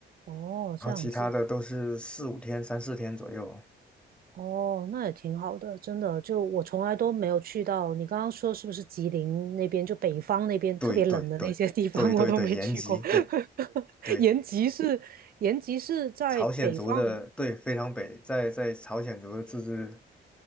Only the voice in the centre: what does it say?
然后其他的都是四五天、
三四天左右。
对对对对对对，
延吉，
对对，
朝鲜族的，对，非常北，在在朝鲜族的自治，